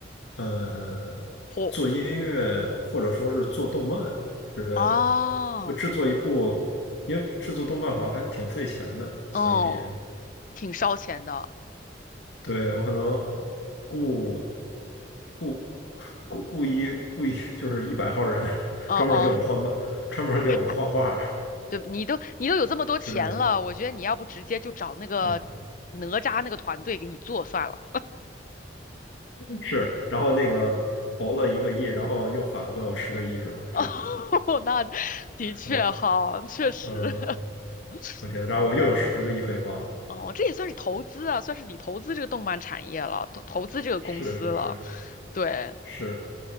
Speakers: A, on the left (about 75°); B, on the left (about 45°).
A: 呃，
B: 嚯
A: 做音乐或者说是做动漫之类的，
B: 哦
A: 我制作一部，因为制作动漫好像还挺费钱的，所以。
B: 哦，挺烧钱的，
A: 对，我可能故故故故意故意就是一百号人，
B: 哦哦，
A: 专门儿给我换漫，专门儿给我画画儿
B: 嗨，对，你都你都有这么多钱了，
A: <laughs> 之类的。
B: 我觉得你要不直接就找那个
A: 嗯，
B: 哪吒那个团队给你做算了。
A: 是。然后那个投了一个亿，然后又返回我十个亿，是吧？
B: <laughs>
A: 这种，
B: 哦，那的确哈，
A: 嗯
B: 确实，
A: 嗯，
B: <laughs>
A: 我天，然后我又有十个亿可以花了。
B: 嗯。哦，这也算是投资啊，算是你投资这个动漫产业了，投投资这个公司了。
A: 是是是
B: 对，
A: 是，